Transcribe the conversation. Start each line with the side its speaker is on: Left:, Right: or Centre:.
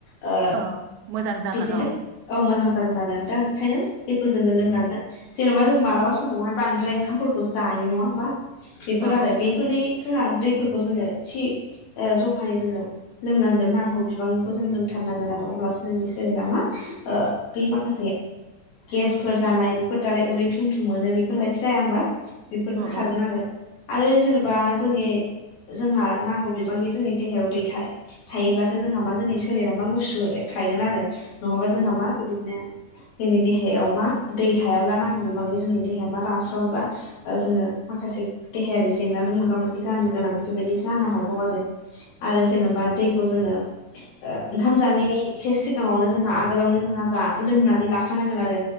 Left: ओ
Right: औ मोजां जागोन
Left: बिदिनो
Right: औ
Left: औ मोजां जागोन आरो दा ओंखायनो बेखौ जोङो लोंनांगोन जेन'बा जों मालाबा समावहाय बांद्राय ओंखामफोरखौ जायो नङा होमबा बेफोर
Right: औ
Left: आरो बे फोरनि जोंहा दैफोरखौ जोङो थि ओ जखानि जोङो लोंनांगोन नांगौ बिबांनिखौ जों लोंथारनांगोन
Right: औ
Left: आरो अब्लासो जोंनि सोलेरा मा ओ बे माखासे गेसफोर जानाय बेफोर दाराय उदै थुमथुम मोनो बेफोरबायदि जाया होमबा बेफोर
Right: औ
Left: खारगोन आरो आरो जेनेबा जोंनि जोंहा नांगौ बिबांनि जोंनि देहायाव दैथाय थायोब्लासो जोंहा मा जोंनि सोलेरा मा गुसु थायोगोन आरो नङाबा जोंहा मा बेबायदिनो जोंनि देहायाव मा दै थायाब्ला नांगौ बिबांजों जोंनि देहाया मा रानस्रावोबा ओ जोङो माखासे देहायारि जेंना जों मोगा मोगि जानो गोनां बेबायदि जानो हागौ आरो आरो जेन'बा दैखौ जोङो ओंखाम जानायनि एसे सिगाङावनो जोंहा आगोलावनो जोंहा जा लोंनानै लाखानांगोन आरो